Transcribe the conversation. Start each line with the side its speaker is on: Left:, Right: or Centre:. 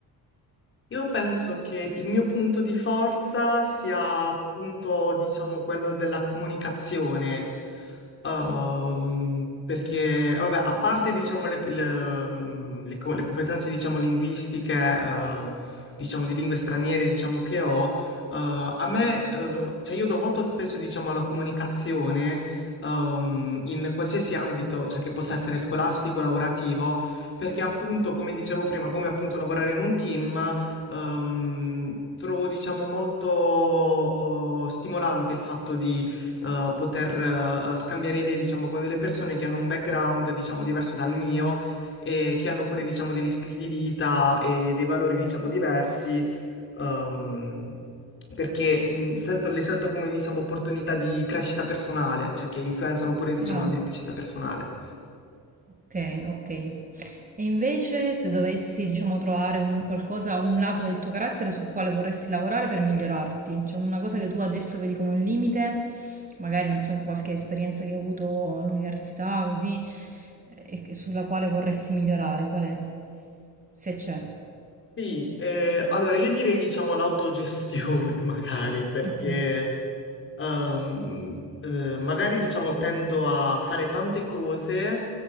Left: Io penso che il mio punto di forza sia appunto, diciamo, quello della comunicazione, Ehm, perché, vabbè, a parte, diciamo, le, le- mm, le co- le competenze, diciamo, linguistiche, eh, diciamo, di lingue straniere, diciamo, che ho, eh, a me, eh, cioè, io do molto di peso, diciamo, alla comunicazione, ehm, in qualsiasi ambito, cioè, che possa essere scolastico, lavorativo, perché appunto, come dicevo prima, come appunto lavorare in un team, Ehm, trovo, diciamo, molto eh, stimolante il fatto di eh, poter eh, scambiare idee, diciamo, con delle persone che hanno un background, diciamo, diverso dal mio e che hanno pure, diciamo, degli stili di vita e dei valori, diciamo, diversi. ehm, perché mh, sento- le sento come, diciamo, opportunità di crescita personale, cioè che influenzano pure, diciamo,
Right: Chiaro?
Left: la mia crescita personale.
Right: Ok, ok. E invece, se dovessi, diciamo, trovare un qualcosa, un lato del tuo carattere sul quale vorresti lavorare per migliorarti, cioè una cosa che tu adesso vedi come un limite, magari non so, in qualche esperienza che hai avuto all'università, così, e e sulla quale vorresti migliorare, qual è? Se c'è.
Left: Sì, eh, allora io direi diciamo l'autogestione <laughs> magari perché
Right: Ok.
Left: Ehm, eh, magari diciamo tendo a fare tante cose